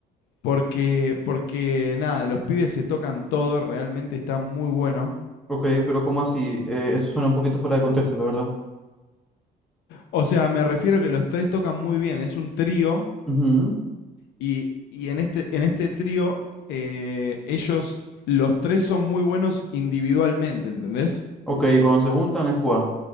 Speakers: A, on the left; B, in the centre.
A: porque, porque nada, los pibes se tocan todo, realmente está muy bueno.
B: ok, pero ¿cómo así? Eh, eso suena un poquito fuera de contexto, la verdad.
A: O sea, me refiero que los tres tocan muy bien, es un trío
B: Ujú.
A: Y, y en este, en este trío, eh, ellos, los tres son muy buenos individualmente, ¿entendés?
B: Ok, cuando se juntan es FUA.